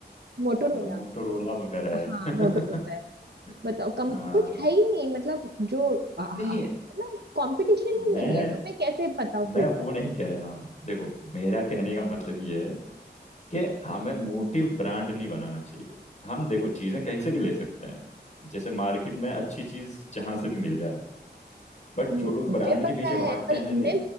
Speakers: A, on the right; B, on the left.
A: मोटोरोला
B: मोटोरोला वगैरह
A: हाँ
B: है
A: मोटोरोला है
B: <laughs>
A: बताओ कम
B: हाँ
A: कुछ है ही नहीं मतलब जो आ- आ-
B: नहीं
A: मतलब कंपटीशन
B: मैं
A: ही नहीं है तो मैं कैसे बताओ
B: मैं
A: प्रेफर
B: वो
A: करूँ
B: नहीं कह रहा हूँ देखो मेरा कहने का मतलब ये है कि हमें मोटिव ब्रांड नहीं बनाना चाहिए हम देखो चीजें कहीं से भी ले सकते हैं जैसे मार्केट में अच्छी चीज जहां से भी मिल जाए बट
A: हम्म,
B: जो लोग
A: मुझे
B: ब्रांड
A: पता
B: के पीछे भागते
A: है पर
B: हैं ना
A: मैं
B: कि